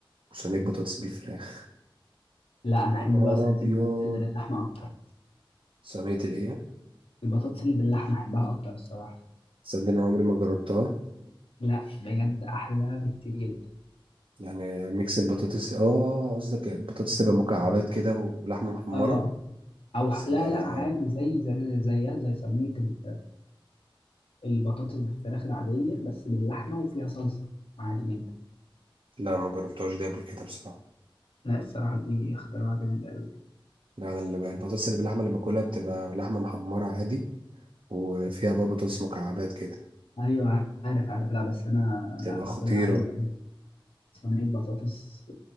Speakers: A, on the right; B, on the left.
A: وصينيه بطاطس بالفراخ
B: لا أنا
A: يا
B: أحب
A: نهار
B: بقى صينية
A: ابيض
B: البطاطس اللي باللحمة أكتر
A: صينيه الايه
B: البطاطس اللي باللحمة أحبها أكتر الصراحة
A: تصدق ان عمري ما جربتها
B: لا بجد أحلى بكتير جدا
A: يعني ميكس البطاطس اه قصدك البطاطس تبقى مكعبات كده ولحمه محمره
B: آه أو
A: سلام
B: ح- لا لا عادي زي زي زيها زي صينية ال- البطاطس بالفراخ العادية بس باللحمة وفيها صلصة عادي جدا
A: لا ما جربتهاش دي قبل كده بصراحه
B: لا الصراحة دي اختراع جامد أوي
A: لا انا اللي بقى البطاطس اللي باللحمه اللي باكلها بتبقى لحمه محمره عادي وفيها بقى بطاطس مكعبات كده
B: ايوه عارف عارف لا بس انا
A: بتبقى
B: لا
A: خطيره
B: باكلها عادي اللي هو صينيه بطاطس